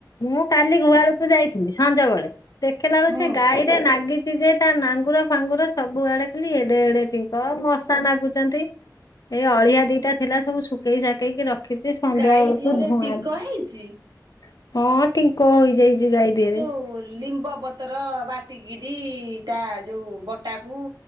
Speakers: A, on the left (about 60°); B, on the right (about 75°).
A: ମୁଁ। କାଲି ଗୁହାଳକୁ ଯାଇଥିଲି ସଞ୍ଜ ବେଳେ ଦେଖିଲା ବଳୁ
B: ହୁଁ
A: ସେ ଗାଈ ରେ ନାଗିଛି ଯେ। ତା ନାଙ୍ଗୁଳ ଫାଙ୍ଗୁଳ ସବୁ ଆଡେ ଖାଲି ଏଡେ ଏଡେ ଟିଙ୍କ ମଶା ନାଗୁଛନ୍ତି। ଏଇ ଅଳିଆ ଦିଟା ଥିଲା ସବୁ ଶୁଖେଇ ସାକେଇକି ରଖ ରଖିଛି ସନ୍ଧ୍ୟା
B: ଗାଈ
A: ବେଳକୁ
B: ଦିହରେ
A: ଧୂଆଁ
B: ଟିଙ୍କ
A: ଦେବି
B: ହେଇଛି
A: ହଁ। ଟିଙ୍କ ହୋଇଯାଇଛି ଗାଈ ଦିହରେ।
B: ଓ ଲିମ୍ବପତ ତ୍ରର ବାଟିକିରି ତା ଯୋଉ ବଟାକୁ